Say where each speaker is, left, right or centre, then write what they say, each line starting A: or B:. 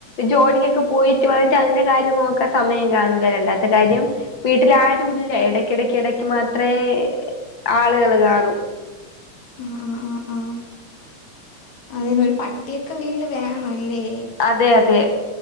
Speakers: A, on the left; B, on the left.
A: ജോലിക്കൊക്കെ പോയിട്ട് വന്ന്ട്ട് അതിന്റെ കാര്യം നോക്കാൻ സമയം കാണൂല്ല രണ്ടാത്തെ കാര്യം വീട്ടില് ആരൂല്ല എടക്കെടക്ക് എടക്ക് മാത്രേ ആളുകള് കാണു
B: ആഹ് ആഹ് ആഹ് ആഹ് അതിനൊര് പട്ടിയൊക്കെ വീട്ടില് വേണൊല്ലേ
A: അതെ അതെ